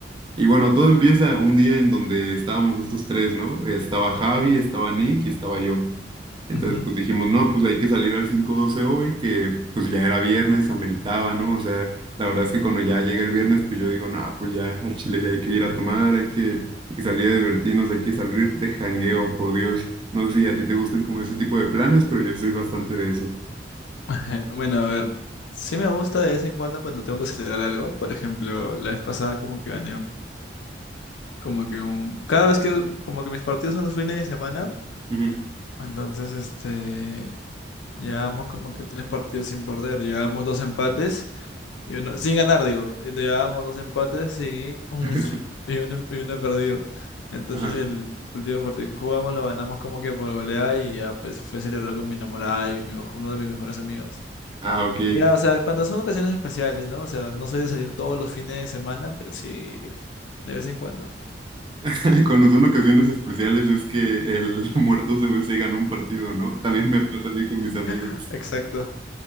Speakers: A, on the right; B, on the left.
A: Y bueno, todo empieza un día en donde estábamos estos tres, ¿no? Estaba Javi, estaba Nick y estaba yo. Entonces,
B: ujú.
A: pues dijimos, no, pues hay que salir al cinco doce hoy, que pues ya era viernes, ameritaba, ¿no? O sea, la verdad es que cuando ya llega el viernes, pues yo digo, no, pues ya al Chile ya hay que ir a tomar, hay que, hay que salir a divertirnos, hay que salir de jangueo, por Dios. No sé si a ti te gustan como ese tipo de planes, pero yo soy bastante de eso.
B: <laughs> Bueno, a ver, sí me gusta de vez en cuando cuando tengo que celebrar algo. Por ejemplo, la vez pasada como que gané, como que un... Cada vez que como que mis partidos son los fines de semana,
A: Ujú.
B: entonces este... Llevábamos como que tres partidos sin perder, llevábamos dos empates. Y uno, sin ganar, digo. Y Llevábamos dos empates y un,
A: <laughs>
B: <laughs> y uno, y uno perdido. Entonces
A: Ajá.
B: el último partido que jugamos lo ganamos como que por goleada y ya pues fui a celebrar con mi enamorada y mi, uno de mis mejores amigos.
A: Ah, ok.
B: Y ya, o sea, cuando son ocasiones especiales, ¿no? O sea, no soy de salir todos los fines de semana, pero sí de vez en cuando.
A: <laughs> Cuando son ocasiones especiales es que el <laughs> muerto CBC ganó un partido, ¿no? También me pasa a mí con mis amigos.
B: <laughs> Exacto.